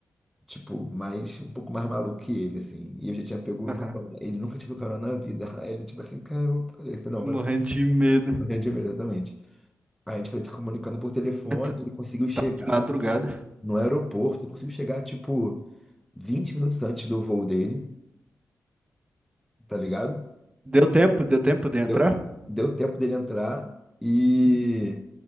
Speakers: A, in the centre; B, on the right.
A: tipo, mais um pouco mais maluco que ele, assim. E eu já tinha pego
B: Aham.
A: carona. Ele nunca tinha pego carona na vida. <laughs> Aí ele, tipo assim, cara, eu vou... ele falou, não,
B: Morrendo
A: vai dar
B: de medo.
A: Grande mesmo, exatamente. A gente foi se comunicando por telefone,
B: É, Tá
A: ele conseguiu chegar
B: tá de madrugada.
A: no aeroporto, ele conseguiu chegar, tipo, 20 minutos antes do voo dele, tá ligado?
B: Deu tempo? Deu tempo de entrar?
A: Deu, deu tempo dele entrar e